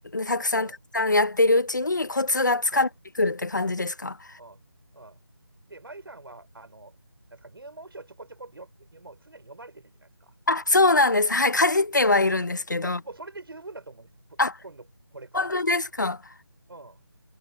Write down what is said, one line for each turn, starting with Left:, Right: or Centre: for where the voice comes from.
Left: たくさんたくさんやってるうちにコツがつかめてくるって感じですか
Right: うん。ああ、ああで、舞さんは、あの、なんですか、入門書をちょこちょこよ、もう常に読まれてるじゃないですか。
Left: あ、そうなんです。はい、かじってはいるんですけど。
Right: あ、もうそれで十分だと思うんですよ。こ今度、
Left: あ、
Right: これから。
Left: 本当ですか。
Right: うん。